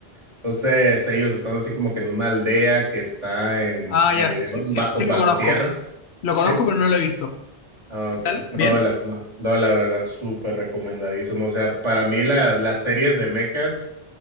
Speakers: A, on the right; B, on the left.
A: Entonces ellos están así como que en una aldea que está en,
B: Ah,
A: eh,
B: ya, sí,
A: de-
B: sí,
A: bajo,
B: sí, sí
A: bajo
B: lo conozco.
A: tierra.
B: Lo conozco,
A: ¿sí?
B: pero no lo he visto.
A: Ah,
B: ¿Qué
A: ok.
B: tal? ¿Bien?
A: No, la, no, no, la verdad, súper recomendadísimo. O sea, para mí la, las series de mechas,